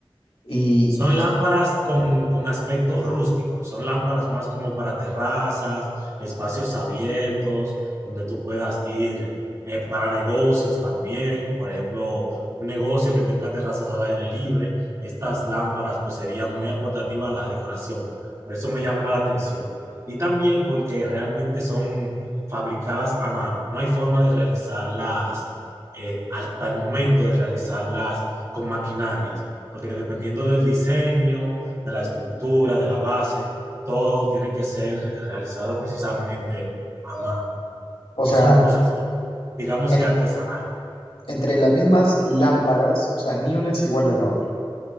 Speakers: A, on the left; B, on the right.
A: Y,
B: Son lámparas
A: y-
B: con, con aspecto rústico, son lámparas más como para terrazas, espacios abiertos, donde tú puedas ir eh, para negocios también, por ejemplo, un negocio que tenga terrazas al aire libre, estas lámparas pues serían muy aportativas a la decoración, por eso me llama la atención. Y también porque realmente son fabricadas a mano, no hay forma de realizarlas eh, hasta el momento de realizarlas con maquinarias porque dependiendo del diseño, de la estructura, de la base, todo tiene que ser realizado precisamente a mano.
A: o
B: Es
A: sea,
B: un proceso, digamos
A: en-
B: que artesanal.
A: entre las mismas lámparas, o sea, ni una es igual a la otra.